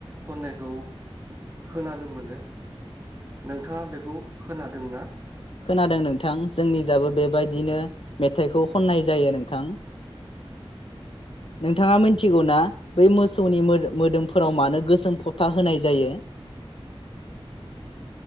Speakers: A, on the right; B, on the left.
A: खननायखौ खोनानो मोनो नोंथाङा बेखौ खोनादोंना
B: खोनादों नोंथां जोंनि जाबो बेबायदिनो मेथाइखौ खननाय जायो नोंथां नोंथाङा मिथिगौ ना बै मोसौनि मोमोदोम फोराव मानो गोसोम फबथा होनाय जायो